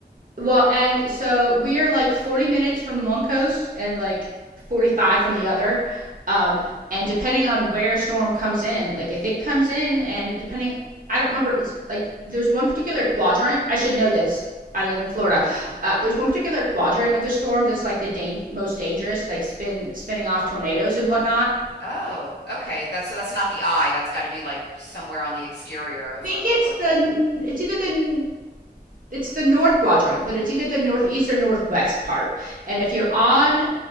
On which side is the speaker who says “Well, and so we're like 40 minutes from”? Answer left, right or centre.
Right